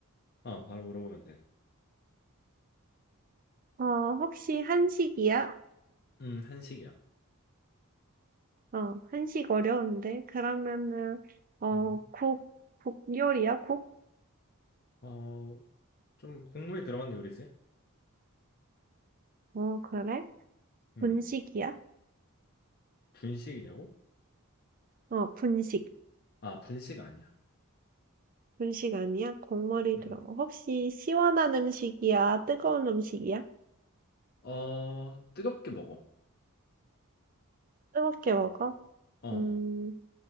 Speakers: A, on the left; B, on the right.
A: 어, 바로 물어보면 돼.
B: 어, 혹시 한식이야?
A: 음, 한식이야.
B: 어, 한식 어려운데. 그러면은 어,
A: 음.
B: 국, 국 요리야? 국?
A: 어, 좀 국물이 들어간 요리지?
B: 어, 그래?
A: 음,
B: 분식이야?
A: 분식이냐고?
B: 어, 분식.
A: 아, 분식 아니야.
B: 분식 아니야? 국물이
A: 음,
B: 들어가.
A: 음.
B: 혹시 시원한 음식이야? 뜨거운 음식이야?
A: 어, 뜨겁게 먹어.
B: 뜨겁게 먹어?
A: 어,
B: 음,